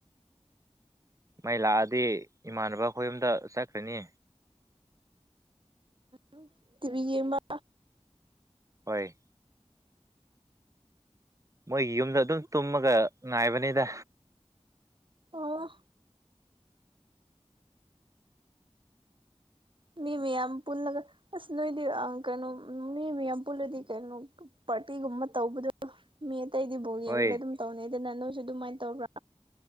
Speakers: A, on the right; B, on the right.
A: ꯃꯩ ꯂꯥꯛꯑꯗꯤ ꯏꯃꯥꯟꯅꯕ ꯑꯩꯈꯣꯏ ꯑꯝꯗ ꯆꯠꯈ꯭ꯔꯅꯤ
B: ꯎꯝ ꯇꯕꯤ ꯌꯦꯡꯕ
A: ꯍꯣꯏ ꯃꯣꯏꯒꯤ ꯌꯨꯝꯗ ꯑꯗꯨꯝ ꯇꯨꯝꯃꯒ ꯉꯥꯏꯕꯅꯤꯗ
B: ꯑꯣ ꯃꯤ ꯃꯌꯥꯝ ꯄꯨꯜꯂꯒ ꯑꯁ ꯅꯣꯏꯗꯤ ꯀꯩꯅꯣ ꯃꯤ ꯃꯌꯥꯝ ꯄꯨꯜꯂꯗꯤ ꯀꯩꯅꯣ ꯄꯇꯤꯒꯨꯝꯃ ꯇꯧꯗ ꯃꯤ ꯑꯇꯩꯗꯤ <unintelligible> ꯌꯦꯡꯕ꯭ꯔ
A: ꯍꯣꯏ
B: ꯑꯗꯨꯝ ꯇꯧꯅꯤ ꯑꯗꯨꯅ ꯅꯣꯏꯁꯨ ꯑꯗꯨꯃꯥꯏꯅ ꯇꯧꯕ꯭ꯔꯥ